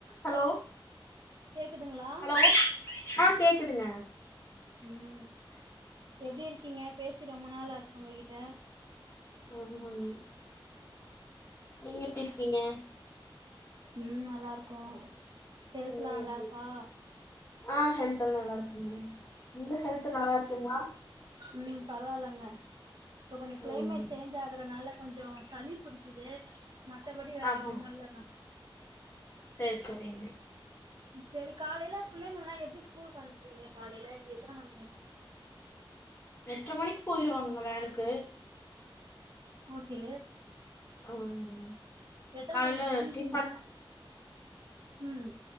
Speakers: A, on the left; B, on the right.
A: Hello
B: கேக்குதுங்களா
A: hello ஆ கேக்குதுங்க
B: உம் எப்டி இருக்கீங்க பேசி ரொம்ப நாளாச்சு ஒங்ககிட்ட
A: ஆமாங்க உம் நீங்க எப்டி இருக்கீங்க
B: உம் நல்லாருக்கோ ஹெல்த்லா
A: ம்
B: நல்லாருக்கா?
A: ஆ ஹெல்த்லா நல்லாருக்குங்க உங்க ஹெல்த் நல்லாருக்குங்ளா?
B: உம் பரவால்லங்க இப்ப கொஞ்சோ கிளைமேட்
A: ம்
B: சேஞ்ச் ஆ இருக்கறனால கொஞ்சோ சளி புடிக்கிது மத்தபடி வேற
A: ஆமா
B: ஒன்னுல்லங்க
A: சேரி சேரிங்க
B: சேரி காலைல புள்ளைங்கல்லா எப்டி ஸ்கூல்க்கு அனுப்புவீங்க காலையில எத்தனை மணிக்கி
A: எட்ர மணிக்கு போயிருவாங்க வேனுக்கு
B: ஓகே
A: ம்
B: எத்தன
A: காலைல
B: மணிக்கி எழ்துவிக்கி
A: டிஃபன்
B: ய ம்